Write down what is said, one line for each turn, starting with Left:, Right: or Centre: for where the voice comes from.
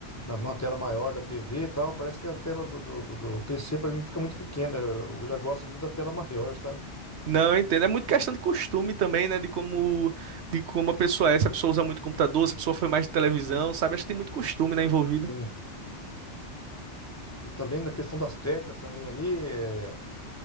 Left: na, numa tela maior da TV e tal, parece que a tela do, do, do- do PC pra mim fica muito pequena. Eu, eu já gosto de, da tela maior, sabe?
Right: Não, eu entendo. É muito questão de costume também, né? De como, de como a pessoa é, se a pessoa usa muito computador, se a pessoa foi mais de televisão, sabe? Acho que tem muito costume, né, envolvido.
Left: Sim. E também na questão das teclas também ali, é,